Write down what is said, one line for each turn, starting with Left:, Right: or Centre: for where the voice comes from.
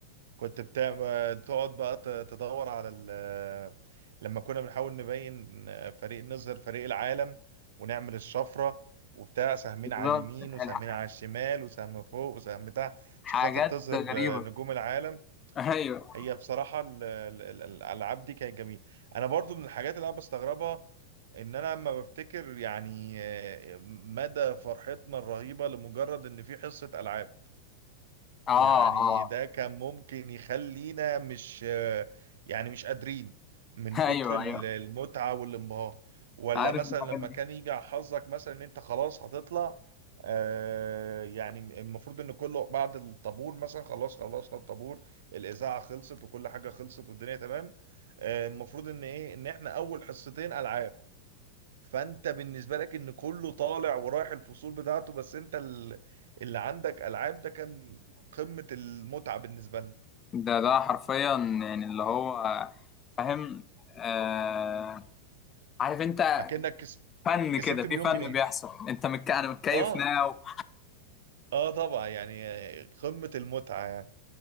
Right: كنت بتاع- تقعد بقى ت- تدور على ال... لما كنا بنحاول نبين فريق نظهر فريق العالم ونعمل الشفره وبتاع سهمين على
Left: بالظبط،
Right: اليمين وسهمين
Left: الح-
Right: على الشمال وسهم فوق وسهم تحت
Left: حاجات
Right: عشان خاطر تظهر
Left: غريبه
Right: نجوم العالم
Left: <laughs> ايوه
Right: هي بصراحة ال- ال- ال- الألعاب دي كانت جميلة أنا برضو من الحاجات اللي أنا بستغربها إن أنا لما بفتكر يعني آه، مدى فرحتنا الرهيبة لمجرد إن في حصة ألعاب
Left: اه
Right: يعني
Left: اه
Right: ده كان ممكن يخلينا مش يعني مش قادرين من
Left: <laughs>
Right: كتر
Left: ايوه
Right: ال-
Left: ايوه
Right: المتعة والانبهار ولا
Left: عارف
Right: مثلا
Left: الحاجات
Right: لما كان
Left: دي
Right: يجي على حظك مثلا ان انت خلاص هتطلع آه يعني المفروض ان كله بعد الطابور مثلا خلاص خلصنا الطابور الاذاعه خلصت وكل حاجه خلصت والدنيا تمام آه المفروض ان ايه ان احنا اول حصتين العاب فانت بالنسبه لك ان كله طالع ورايح الفصول بتاعته بس انت ال- اللي عندك العاب ده كان قمه المتعه بالنسبه لنا
Left: ده ده حرفيا يعني اللي هو فاهم آه عارف انت
Right: اكنك كس-
Left: فن
Right: كسبت
Left: كده
Right: مليون
Left: في فن
Right: جنيه
Left: بيحصل انت متك... انا متكيف
Right: اه
Left: ناو
Right: اه طبعا يعني قمه المتعه يعني